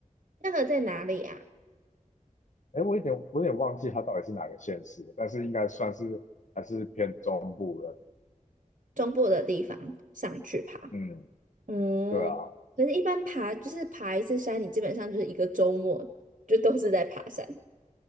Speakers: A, on the right; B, on the left.
A: 那个在哪里啊？
B: <laughs> 哎，我有点我有点忘记他到底是哪个县市的，但是应该算是还是偏中部的。
A: 中部的地方上去爬。
B: 嗯，
A: 哦，
B: 对啊，
A: 可是，一般爬就是爬一次山，你基本上就是一个周末就都是在爬山